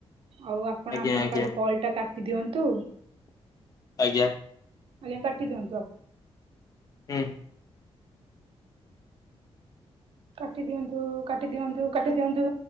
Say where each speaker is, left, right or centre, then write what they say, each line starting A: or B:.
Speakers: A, on the right; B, on the left.
A: ଆଉ ଆପଣ
B: ଆଜ୍ଞା
A: ଆପଣଙ୍କ
B: ଆଜ୍ଞା
A: ଆଡୁ କଲ୍ ଟା କା ତି ଦିଅନ୍ତୁ।
B: ଆଜ୍ଞା।
A: ଆଜ୍ଞା କଟିଦିଅନ୍ତୁ।
B: ହୁଁ।
A: କାଟି ଦିଅନ୍ତୁ, କାଟି ଦିଅନ୍ତୁ, କାଟି ଦିଅନ୍ତୁ।